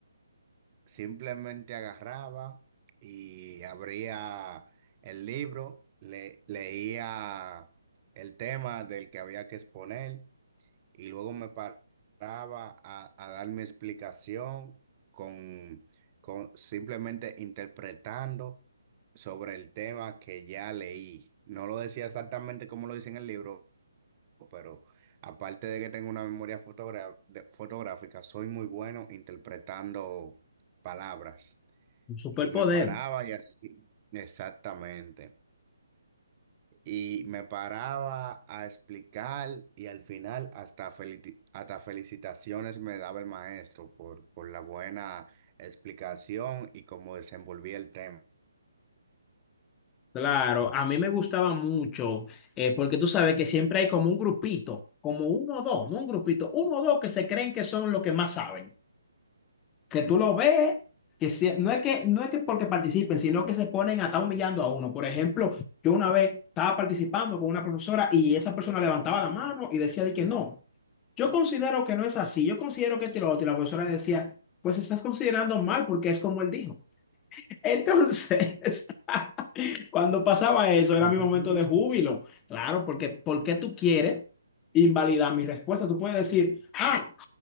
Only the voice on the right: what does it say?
Simplemente agarraba y abría el libro, le- leía el tema del que había que exponer y luego me paraba a, a dar mi explicación con, con simplemente interpretando sobre el tema que ya leí. No lo decía exactamente como lo dice en el libro pero aparte de que tengo una memoria fotogra- de- fotográfica, soy muy bueno interpretando palabras.
Y me paraba y así, exactamente. Y me paraba a explicar y al final hasta, felici- hasta felicitaciones me daba el maestro por, por la buena explicación y cómo desenvolví el tema.
<laughs>